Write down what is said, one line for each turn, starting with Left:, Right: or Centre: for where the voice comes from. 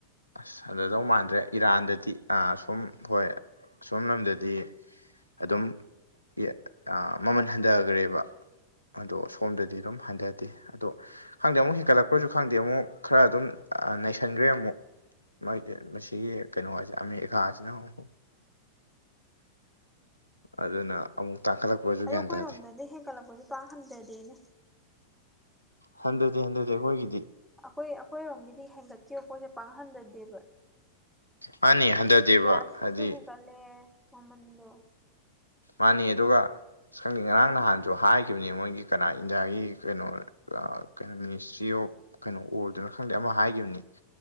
Left: ꯑꯁ ꯍꯟꯗꯗꯧ ꯃꯥꯟꯗ꯭ꯔꯦ ꯏꯔꯥꯟꯗꯗꯤ ꯑ ꯁꯨꯝ ꯍꯣꯏ ꯑꯁꯣꯝ ꯂꯣꯝꯗꯗꯤ ꯑꯗꯨꯝ ꯏ ꯑꯥ ꯃꯃꯟ ꯍꯟꯗꯒ꯭ꯔꯦꯕ ꯑꯗꯣ ꯁꯣꯝꯗꯗꯤ ꯑꯗꯨꯝ ꯍꯟꯗꯗꯦ ꯑꯗꯣ ꯈꯪꯗꯦ ꯑꯃꯨꯛ ꯍꯦꯟꯀꯠꯂꯛꯄ꯭ꯔꯖꯨ ꯈꯪꯗꯦ ꯑꯃꯨꯛ ꯈꯔ ꯑꯗꯨꯝ ꯑꯥ ꯅꯩꯁꯟꯒ꯭ꯔꯦ ꯑꯃꯨꯛ ꯃꯥꯒꯤ ꯃꯁꯤꯒꯤ ꯀꯩꯅꯣ ꯑꯖꯦ ꯑꯃꯦꯏꯀꯥꯖꯤꯅꯕꯀꯣ ꯑꯗꯨꯅ ꯑꯃꯨꯛ ꯇꯥꯡꯈꯠꯂꯛꯄꯁꯨ
Centre: ꯑꯗꯣ
Left: ꯒ꯭ꯌꯥꯟ
Centre: ꯑꯈꯣꯏꯔꯣꯝꯗꯗꯤ
Left: ꯇꯥꯗꯦ
Centre: ꯍꯦꯟꯀꯠꯂꯛꯄꯖꯦ ꯄꯥꯛ ꯍꯟꯗꯗꯦꯅꯦ
Left: ꯍꯟꯗꯗꯦ ꯍꯟꯗꯗꯦ ꯑꯒꯣꯏꯒꯤꯗꯤ
Centre: ꯑꯈꯣꯏ ꯑꯈꯣꯏꯔꯣꯝꯒꯤꯗꯤ ꯍꯦꯟꯒꯠꯈꯤꯕ ꯄꯣꯠꯁꯦ ꯄꯥꯛ ꯍꯟꯗꯗꯦꯕ
Left: ꯃꯥꯅꯤ
Centre: ꯎꯝ
Left: ꯍꯟꯊꯗꯦꯕ
Centre: ꯒ꯭ꯌꯥꯁꯁꯨ
Left: ꯍꯥꯏꯗꯤ
Centre: ꯍꯦꯟꯒꯠꯂꯦꯑꯦ ꯃꯃꯟꯗꯣ
Left: ꯃꯥꯅꯤ ꯑꯗꯨꯒꯥ ꯁꯪꯗꯦ ꯉꯔꯥꯡ ꯅꯍꯥꯟꯖꯨ ꯍꯥꯏꯒꯤꯕꯅꯤ ꯃꯣꯏꯒꯤ ꯀꯅꯥ ꯏꯟꯗꯤꯌꯥꯒꯤ ꯀꯅꯣ ꯑꯥ ꯀꯩꯅꯣ ꯃꯤꯅꯤꯁꯇ꯭ꯔꯤ ꯑꯣꯐ ꯑꯣ ꯀꯩꯅꯣ ꯑꯣꯗꯨꯔ ꯈꯪꯗꯦ ꯑꯃ ꯍꯥꯏꯒꯤꯕꯅꯤ